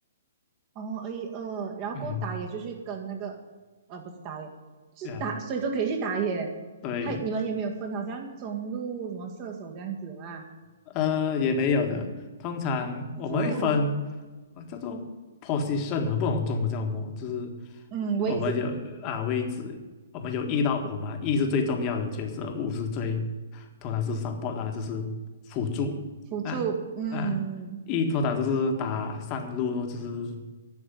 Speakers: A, on the right; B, on the left.
A: 哦，二一二，然后过后打野就去跟那个，
B: 嗯，
A: 呃，不是打野，是打，
B: 对啊，
A: 谁都可以去打野。
B: 对。
A: 还你们也没有分，好像中路什么射手这样子啊？
B: 呃，也没有的。通常我们会分
A: 哦，
B: 呃叫做 position 啊，不懂中文叫什么，就是
A: 嗯，位置
B: 我们有啊位置，我们有一到五嘛，一是最重要的角色，五是最通常是 support 啦、就是辅助啊啊，
A: 辅助，嗯，
B: 一通常就是打上路咯，
A: 哦，
B: 就是